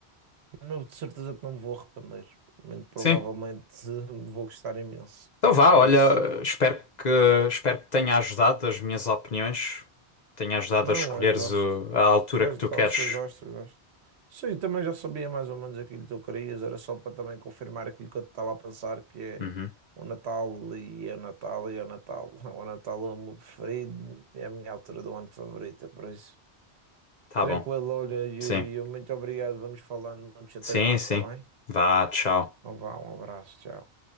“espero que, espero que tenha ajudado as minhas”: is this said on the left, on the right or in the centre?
Left